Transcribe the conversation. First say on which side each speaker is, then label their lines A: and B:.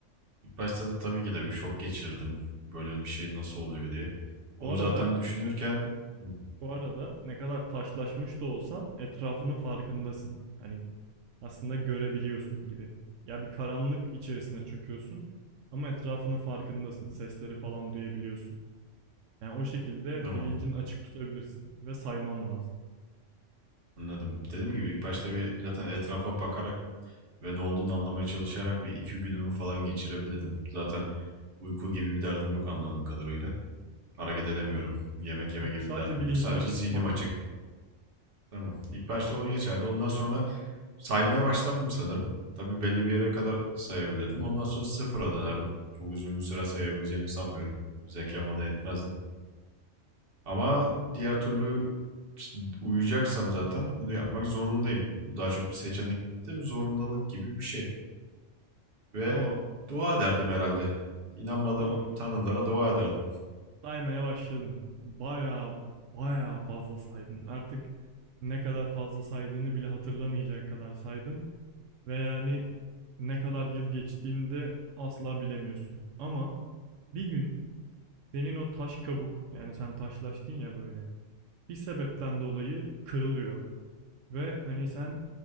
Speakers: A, on the right (about 50°); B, on the right (about 85°).
A: İlk başta tabii ki de bir şok geçirdim. Böyle bir şey nasıl oluyor diye. Onu
B: Bu arada,
A: zaten düşünürken Hı,
B: bu arada ne kadar taşlaşmış da olsan etrafının farkındasın. Hani aslında görebiliyorsun gibi. Ya bir karanlık içerisine çöküyorsun ama etrafının farkındasın. Sesleri falan duyabiliyorsun. Yani o şekilde
A: tamam
B: bilincini açık tutabilirsin ve sayman lazım.
A: anladım. Dediğim gibi ilk başta bir zaten etrafa bakarak ve ne olduğunu anlamaya çalışarak bir iki günümü falan geçirebilirdim. Zaten uyku gibi bir derdim yok anladığım kadarıyla. Hareket edemiyorum. Yemek yeme
B: Yok
A: gibi
B: sadece
A: bir derdim
B: bilincini
A: yok. Sadece
B: açık
A: zihnim
B: tutman
A: açık.
B: lazım.
A: Tamam. İlk başta onu geçerdi. Ondan sonra saymaya başlardım sanırım. Tabii belli bir yere kadar sayabilirdim. Ondan sonra sıfıra dönerdim. Çok uzun bir süre sayabileceğimi sanmıyorum. Zekam bana yetmezdi. Ama diğer türlü işte uyuyacaksam zaten bunu yapmak zorundayım. Bu daha çok bir seçenek de bir zorundalık gibi bir şey. Ve
B: Tamam.
A: dua ederdim herhalde. İnanmadığım
B: Tamam.
A: tanrılara dua ederdim.
B: Saymaya başladın. Baya baya fazla saydın. Artık ne kadar fazla saydığını bile hatırlamayacak kadar saydın ve yani ne kadar yıl geçtiğini de asla bilemiyorsun. Ama bir gün Senin o taş kabuk yani sen taşlaştın ya böyle bir sebepten dolayı kırılıyor. Ve hani sen